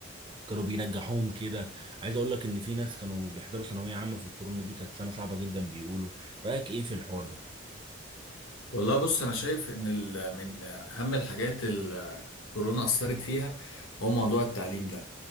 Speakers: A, on the right; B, on the left.
A: كانوا بينجحوهم كده عايز اقول لك ان في ناس كانوا بيحضروا ثانويه عامه في الكورونا دي كانت سنه صعبه جدا بيقولوا رايك ايه في الحوار ده
B: والله بص انا شايف ان ال- من اهم الحاجات ال- كورونا اثرت فيها هو موضوع التعليم ده